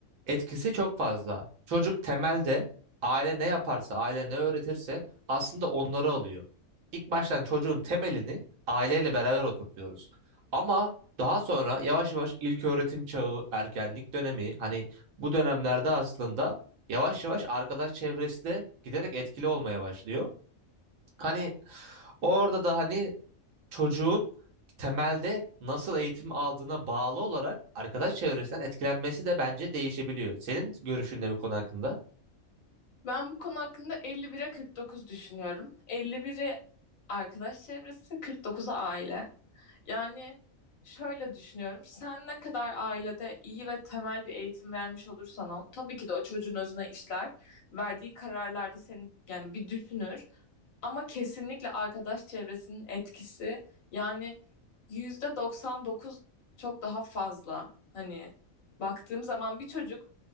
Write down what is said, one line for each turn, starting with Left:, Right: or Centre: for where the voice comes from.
Right: etkisi çok fazla. Çocuk temelde aile ne yaparsa, aile ne öğretirse aslında onları alıyor. İlk baştan çocuğun temelini aileyle beraber oturtuyoruz. Ama daha sonra yavaş yavaş ilköğretim çağı, ergenlik dönemi hani bu dönemlerde aslında yavaş yavaş arkadaş çevresi de giderek etkili olmaya başlıyor. Hani orada da hani çocuğun temelde nasıl eğitim aldığına bağlı olarak arkadaş çevresinden etkilenmesi de bence değişebiliyor. Senin görüşün ne bu konu hakkında?
Left: Ben bu konu hakkında 51'e 49 düşünüyorum. 51'i arkadaş çevresi, 49'u aile. Yani şöyle düşünüyorum. Sen ne kadar ailede iyi ve temel bir eğitim vermiş olursan ol, tabii ki de o çocuğun özüne işler. Verdiği kararlarda seni yani bir düşünür. Ama kesinlikle arkadaş çevresinin etkisi yani yüzde 99 çok daha fazla. Hani baktığım zaman bir çocuk